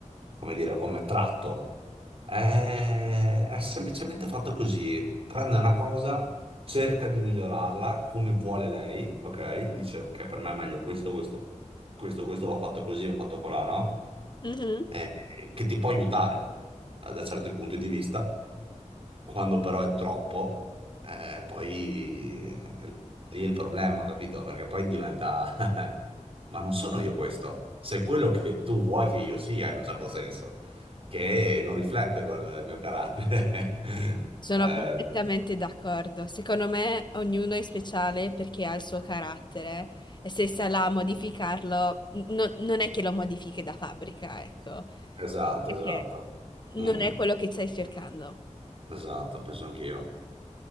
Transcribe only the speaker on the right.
come dire, come tratto, è, è semplicemente fatto così, prende una cosa, cerca di migliorarla come vuole lei, ok? Dice che per me è meglio questo, questo, questo, questo l'ho fatto così, l'ho fatto colà, no?
eh, che ti può aiutare eh, da certi punti di vista, quando però è troppo, eh, poi eh, lì è il problema, capito? Perché poi diventa, <laughs> ma non sono io questo, sei quello che tu vuoi che io sia in un certo senso, che non riflette col mio carattere. <laughs>
Eh,
esatto,
esatto.
Mm,
esatto, penso anch'io.